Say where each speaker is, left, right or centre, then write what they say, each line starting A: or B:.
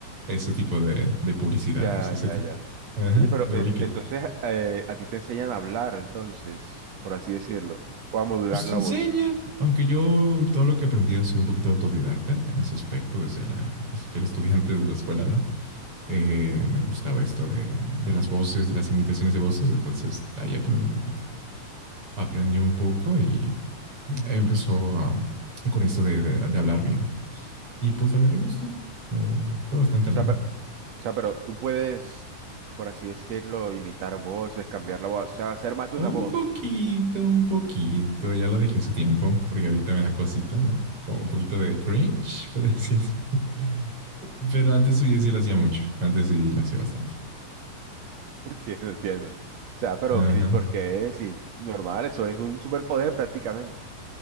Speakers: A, on the right; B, on the right.
A: Ese tipo de, de publicidades,
B: Ya,
A: ese
B: ya,
A: tipo.
B: ya.
A: Ajá,
B: Oye, pero
A: lo
B: eh,
A: vi que.
B: entonces eh, a ti te enseñan a hablar, entonces, por así decirlo, o a modular
A: Pues te
B: la
A: enseñan,
B: voz.
A: aunque yo todo lo que aprendí ha sido un poquito autodidacta en ese aspecto, desde, la, desde que era estudiante de la escuela, ¿no? Eh, me gustaba esto de, de las voces, de las imitaciones de voces, entonces ahí aprendí un poquito. Aprendí un poco y empezó a, con esto de, de- de hablar bien. Y pues le agarré gusto. Eh, fue bastante
B: O
A: ameno.
B: sea, pe- o sea, pero tú puedes, por así decirlo, imitar voces, cambiar la voz, o sea, hacer más de
A: Un
B: una voz.
A: poquito, un poquito, ya lo dije hace tiempo, porque ahorita me da cosita, ¿no? Como un poquito de cringe, podría decirse. <laughs> Pero antes sí, sí lo hacía mucho, antes sí lo hacía bastante.
B: <laughs> Entiendo, entiendo. O sea, pero
A: Ajá.
B: Chris, ¿por qué es? normal, eso es un superpoder prácticamente.